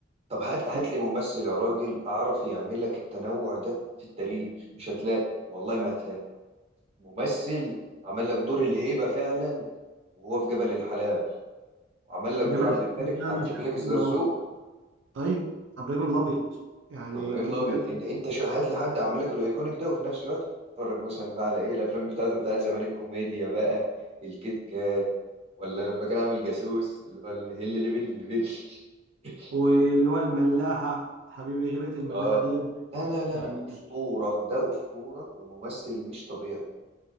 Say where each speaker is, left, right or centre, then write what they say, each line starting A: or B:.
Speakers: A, on the right; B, on the right.
A: طب هات هات
B: كان
A: لي ممثل يا راجل أعرف يعمل لك التنوع ده في التاريخ مش هتلاقي والله ما هتلاقي ممثل عمل لك دور الهيبة فعلا وهو في جبل الحلال وعمل لك
B: جاب
A: دور
B: الحاجات
A: عبد الملك
B: ده
A: عبد
B: انا شايفه
A: الملك
B: حلو
A: الزرزور
B: قوي طيب ابراهيم الابيض يعني
A: ابراهيم
B: كده
A: الابيض انت انت شو هات لي حد اعمل لك الايكونيك ده وفي نفس الوقت اتفرج مثلا بقى على ايه الافلام بتاعته بتاعت زمان الكوميديا بقى الكيت كات ولا لما كان عامل جاسوس اللي هو الهل اللي بل اللي بل <laughs>
B: واللي هو الملاحه حبيبي غيرة الملاحه
A: اه
B: دي
A: لا لا لا
B: يعني
A: لا اسطوره ده اسطوره وممثل مش طبيعي